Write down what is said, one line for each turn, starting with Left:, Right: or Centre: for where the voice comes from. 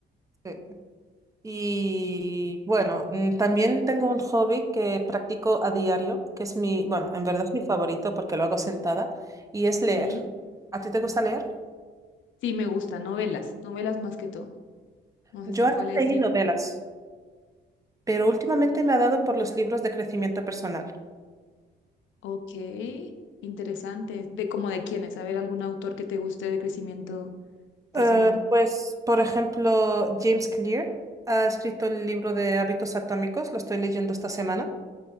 Right: Sí. Y bueno, mm, también tengo un hobby que practico a diario, que es mi, bueno, en verdad es mi favorito porque lo hago sentada, y es leer.
Left: Sí,
Right: ¿A ti te gusta leer?
Left: Mm. sí, me gusta, novelas, novelas más que todo. No sé
Right: Yo
Left: si
Right: antes
Left: cuál es el estilo.
Right: leía novelas, pero últimamente me ha dado por los libros de crecimiento personal.
Left: Ok, interesante. ¿De cómo de quiénes? A ver, algún autor que te guste de crecimiento personal.
Right: Eh, pues, por ejemplo, James Clear ha escrito el libro de Hábitos Atómicos, lo estoy leyendo esta semana